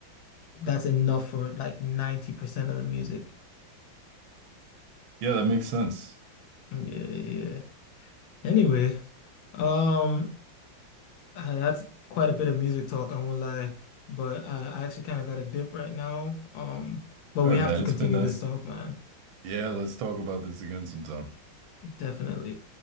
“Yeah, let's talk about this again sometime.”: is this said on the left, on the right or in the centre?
Right